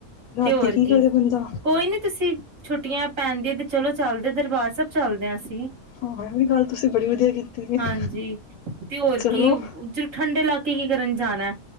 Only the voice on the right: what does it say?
ਤੇ ਹੋਰ ਕੀ
ਕੋਈ ਨੀ ਤੁਸੀਂ ਛੁੱਟੀਆਂ ਪੈਦੀਆ ਤੇ ਚਲੋ ਚੱਲਦੇ ਦਰਬਾਰ ਸਾਹਿਬ ਚੱਲਦੇ ਹਾਂ ਅਸੀਂ
ਹਾਂਜੀ, ਤੇ ਹੋਰ
ਕੀ ਠੰਡੇ ਇਲਾਕੇ ਕੀ ਕਰਨ ਜਾਣਾ